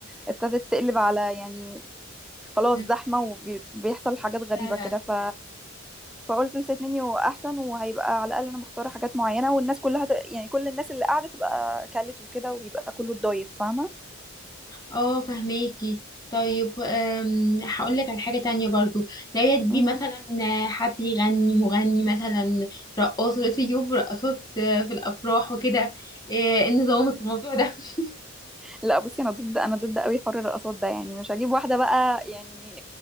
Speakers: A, in the centre; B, on the left.
A: ابتدت تقلب على يعني خلاص
B: مم،
A: زحمة وبيحصل حاجات غريبة
B: فعلا
A: كده ف فقلت السيت منيو احسن وهيبقى على الاقل انا مختاره حاجات معينه والناس كلها ت... يعني كل الناس اللي قاعده تبقى كلت وكده ويبقى كله اتضايف فاهمه
B: اه فهماكي طيب أم، هقول لك على حاجه تانية برضو لو تجيبي
A: مم.
B: مثلا حد يغني مغني مثلا رقاص دلوقتي يجيبوا رقاصات آه، في الافراح وكده آه، ايه نظامك في الموضوع ده <laughs>
A: لا بصي انا ضد انا ضد قوي حر الرقصات ده يعني مش هجيب واحده بقى يعني